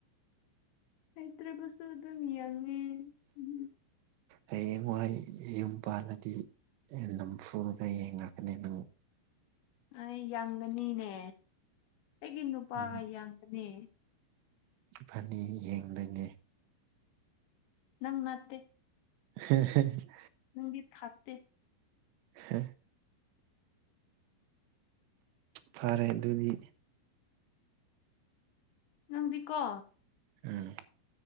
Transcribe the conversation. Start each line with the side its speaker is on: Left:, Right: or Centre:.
Left: ꯍꯩꯇ꯭ꯔꯕꯁꯨ ꯑꯗꯨꯝ ꯌꯦꯉꯦ ꯎꯝ
Right: ꯍꯌꯦꯡꯋꯥꯏ ꯌꯨꯝ ꯄꯥꯜꯂꯗꯤ ꯑꯩꯅ ꯅꯝꯐꯨꯗ ꯌꯦꯡꯉꯛꯀꯅꯤ ꯅꯪ
Left: ꯑꯩ ꯌꯦꯒꯅꯤꯅꯦ ꯑꯩꯒꯤ ꯅꯨꯄꯥꯒ
Right: ꯎꯝ
Left: ꯌꯦꯡꯀꯅꯤ
Right: ꯐꯅꯤ ꯌꯦꯡꯗꯅꯤ
Left: ꯅꯪ ꯅꯠꯇꯦ
Right: ꯍꯍꯍ
Left: ꯅꯡꯒꯤ ꯐꯥꯠꯇꯦ
Right: ꯍꯦ ꯐꯔꯦ ꯑꯗꯨꯗꯤ
Left: ꯅꯪꯗꯤꯀꯣ
Right: ꯎꯝ